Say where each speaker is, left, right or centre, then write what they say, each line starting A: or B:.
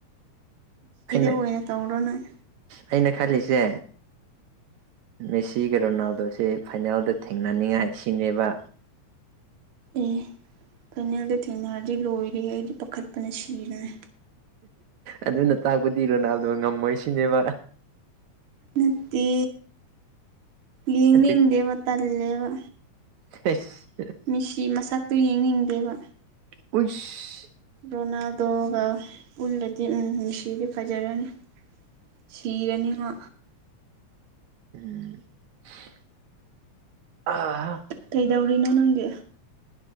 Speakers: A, on the right; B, on the right.
A: ꯑꯩꯅ
B: ꯑꯣꯏꯅ ꯇꯧꯔꯣ ꯅꯪ
A: ꯑꯩꯅ ꯈꯜꯂꯤꯖꯦ ꯃꯦꯁꯤꯒꯤ ꯔꯣꯅꯥꯜꯗꯣꯁꯦ ꯐꯥꯏꯅꯦꯜꯗ ꯊꯦꯡꯅꯅꯤꯡꯉꯥꯏ ꯁꯤꯅꯦꯕ
B: ꯑꯦ ꯐꯥꯏꯅꯦꯜꯗ ꯊꯦꯡꯅꯔꯗꯤ ꯂꯣꯏꯔꯦ ꯑꯩꯗꯤ ꯄꯥꯈꯠꯄꯅ ꯁꯤꯔꯅꯤ
A: ꯑꯗꯨꯅ ꯇꯥꯛꯄꯗꯤ ꯔꯣꯅꯥꯜꯗꯣ ꯉꯝꯃꯣꯏ ꯁꯤꯅꯦꯕ
B: ꯅꯠꯇꯦ ꯌꯦꯡꯅꯤꯡꯗꯦꯕ
A: ꯑꯗꯨ
B: ꯇꯜꯂꯦꯕ
A: <unintelligible>
B: ꯃꯤꯁꯤ ꯃꯁꯛꯇꯨ ꯌꯦꯡꯅꯤꯡꯗꯦꯕ
A: ꯑꯨꯏꯁ
B: ꯔꯣꯅꯥꯜꯗꯣꯒ ꯄꯨꯜꯂꯗꯤ ꯎꯝ ꯃꯤꯁꯤꯗꯤ ꯐꯖꯔꯅꯤ ꯁꯤꯔꯅꯤꯃꯥ
A: <unintelligible>
B: ꯀꯩꯗꯧꯔꯤꯅꯣ ꯅꯪꯗꯤ